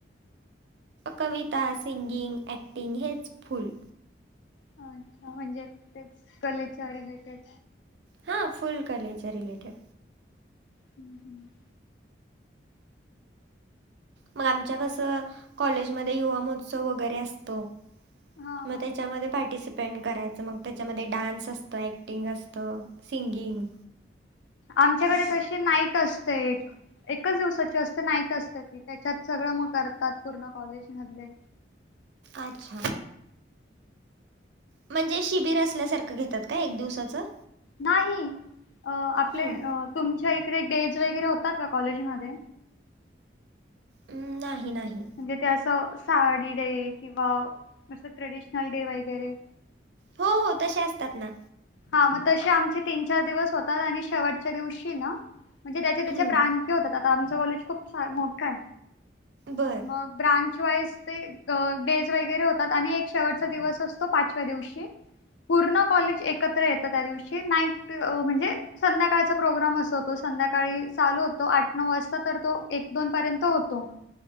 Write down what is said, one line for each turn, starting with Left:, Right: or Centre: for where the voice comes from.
Right: कविता, सिंगिंग, ऍक्टिंग हेच फुल.
Left: अच्छा म्हणजे तेच कलेच्या रिलेटेड
Right: हा फुल कलेच्या रिलेटेड
Left: हम्म हम्म
Right: मग आमच्या कसं कॉलेजमध्ये युवा महोत्सव वगैरे असतो.
Left: हा
Right: मग
Left: हा
Right: त्याच्यामध्ये पार्टिसिपेंट कराय मग त्याच्यामध्ये डान्स असत, ऍक्टिंग असत, सिंगिंग.
Left: आमच्याकडे तशी नाईट असते एकच दिवसाची असते. नाईट असते ती त्याच्यात सगळं मग करतात पूर्ण कॉलेज मधले
Right: अच्छा म्हणजे शिबिर असल्यासारखं घेतात का एक दिवसाचं
Left: नाही अ आपले
Right: हं,
Left: तुमच्या इकडे डेज वगैरे होतात का कॉलेजमध्ये
Right: हम्म नाही नाही
Left: म्हणजे त्या असं साडी डे किंवा असं ट्रेडिशनल डे वगैरे
Right: हो हो तसे असतात ना
Left: हा मग तसे आमचे तीन चार दिवस होतात आणि शेवटच्या दिवशी ना म्हणजे त्याच्या त्याच्या
Right: हं,
Left: ब्रांच होतात आता आमचं कॉलेज खूप फार मोठं हाय.
Right: बरं
Left: मग ब्रांच वाईज ते अ डेज वगैरे होतात. आणि एक शेवटचा दिवस असतो पाचव्या दिवशी पूर्ण कॉलेज एकत्र येत त्या दिवशी नाईट अ म्हणजे संध्याकाळचा प्रोग्राम असो तो संध्याकाळी चालू होतो आठ, नऊ वाजता तर तो एक, दोन पर्यंत होतो.